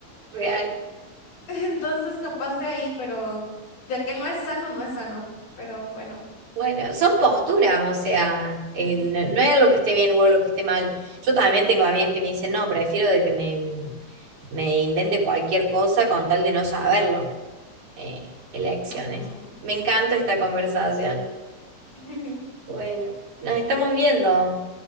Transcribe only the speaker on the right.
Real.
Bueno, son posturas, o sea, eh,
no, no hay algo que esté bien o algo que esté mal. Yo también tengo amigas que me dicen, no, prefiero de que me, me invente cualquier cosa con tal de no saberlo. Eh, elecciones.
Me encanta esta conversación.
Bueno, nos estamos viendo.